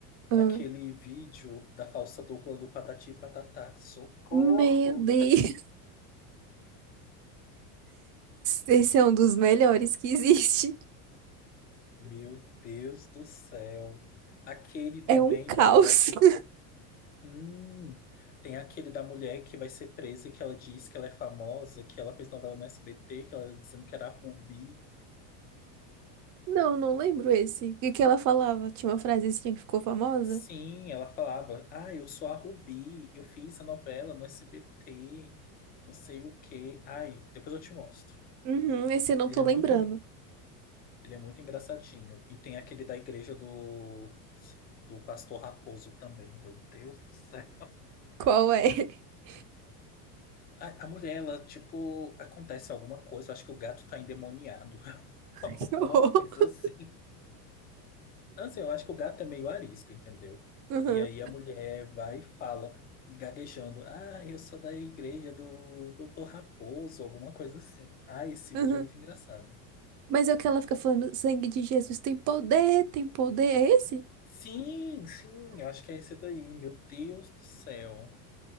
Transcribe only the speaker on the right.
Ah.
Meu Deus. Esse é um dos melhores que existe.
É um caos.
<laughs>
Não, não lembro esse. E O que ela falava? Tinha uma frasezinha que ficou famosa?
Uhum, esse
eu não tô
lembrando.
Qual é? <laughs>
Que
horror.
Uhum,
uhum.
Mas é o que ela fica falando, sangue de Jesus tem poder, tem poder. É esse?